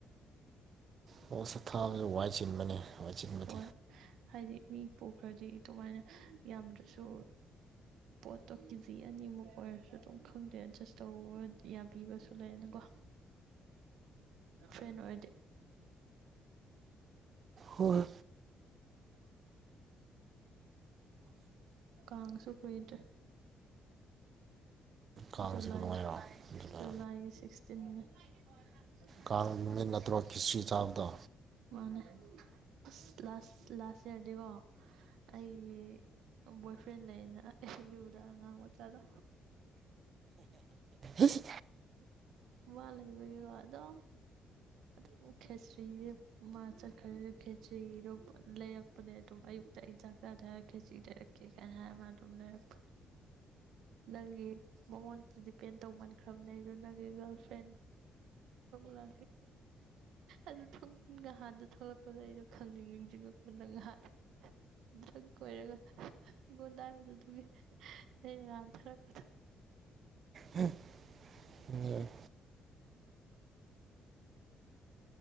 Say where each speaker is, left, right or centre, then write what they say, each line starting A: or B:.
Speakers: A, on the right; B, on the right.
A: ꯊꯥꯕꯁꯦ ꯋꯥꯏ ꯆꯤꯟꯕꯅꯦ ꯋꯥꯏ ꯆꯤꯟꯕꯗꯤ
B: ꯍꯣꯏ ꯍꯥꯏꯗꯤ ꯃꯤ ꯄꯣꯛꯈ꯭ꯔꯗꯤ ꯑꯗꯨꯃꯥꯏꯅ ꯌꯥꯝꯗ꯭ꯔꯁꯨ ꯄꯣꯠꯇꯣ ꯀꯦꯖꯤ ꯑꯅꯤꯃꯨꯛ ꯑꯣꯏꯔꯁꯨ ꯑꯗꯨꯝ ꯈꯪꯗꯦ ꯑꯦꯗꯖꯁ ꯇꯧꯕ ꯌꯥꯕꯤꯕꯁꯨ ꯂꯩꯌꯦꯅꯀꯣ ꯐꯟꯑꫭꯏꯔꯗꯤ
A: ꯍꯣꯏ
B: ꯌꯥ ꯀꯥꯡꯁꯨ ꯀꯨꯏꯗ꯭ꯔꯦ
A: ꯀꯥꯡꯁꯤꯕꯨ
B: ꯖꯨꯂꯥꯏ
A: ꯅꯨꯡꯉꯥꯏꯔꯣ ꯑꯗꯨꯗ
B: ꯖꯨꯂꯥꯏꯒꯤ ꯁꯤꯛꯁꯇꯤꯟꯦ ꯍꯧꯏ
A: ꯀꯥꯡ ꯅꯨꯃꯤꯠ ꯅꯠꯇ꯭ꯔꯣ ꯈꯤꯁꯇ꯭ꯔꯤ ꯆꯥꯕꯗꯣ
B: ꯃꯥꯅꯦ ꯑꯁ ꯂꯥꯁ ꯂꯥꯁ ꯏꯌꯥꯔꯗꯤꯀꯣ ꯑꯩꯒꯤ ꯕꯣꯏ ꯐ꯭ꯔꯦꯟ ꯂꯩꯌꯦꯅ ꯑ ꯌꯨꯗ ꯑꯉꯥꯡ ꯃꯆꯥꯗ
A: ꯑꯁ
B: ꯋꯥ ꯂꯩ ꯂꯩꯕꯒꯦꯔꯣ ꯑꯗꯣ ꯑꯗꯨꯝ ꯈꯦꯇ꯭ꯔꯤꯁ ꯃꯥ ꯆꯠꯈ꯭ꯔꯦ ꯈꯦꯇ꯭ꯔꯤꯗꯣ ꯂꯩꯔꯛꯄꯅꯦ ꯑꯗꯨꯝ ꯑꯌꯨꯛꯇ ꯑꯩ ꯆꯥꯛ ꯆꯥꯗꯦ ꯍꯥꯏꯔꯒ ꯈꯦꯇ꯭ꯔꯤ ꯂꯩꯔꯛꯀꯦ ꯀꯥꯏꯅ ꯍꯥꯏꯔ ꯃꯥ ꯑꯗꯨꯝ ꯂꯩꯔꯛꯄ ꯅꯪꯒꯤ ꯃꯉꯣꯟꯗ ꯗꯤꯄꯦꯟ ꯇꯧꯃꯟꯈ꯭ꯔꯕꯅꯦ ꯑꯗꯨ ꯅꯪꯒꯤ ꯒꯔꯜ ꯄꯦꯟ ꯂ ꯑꯗꯨ ꯊ ꯍꯥꯟꯗꯂꯛꯄ ꯑꯗ ꯑꯩꯗꯣ ꯈꯪꯅꯤꯡ ꯅꯤꯡꯁꯤꯡꯉꯄ ꯅꯪꯍꯥꯟ ꯪ ꯀꯣꯏꯔꯒ ꯑꯩꯉꯣꯟꯗ ꯍꯥꯏꯕꯗ ꯑꯗꯨꯒꯤ ꯂꯩꯔ ꯀꯥꯟꯊꯔꯛꯄꯗ
A: ꯎꯝ ꯎꯝ